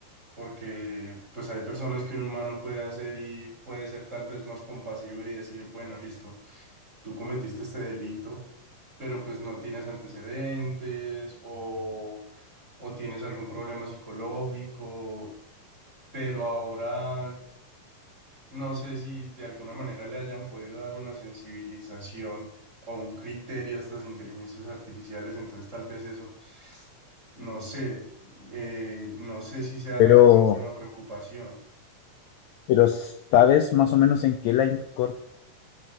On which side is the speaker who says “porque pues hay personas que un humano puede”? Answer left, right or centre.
Right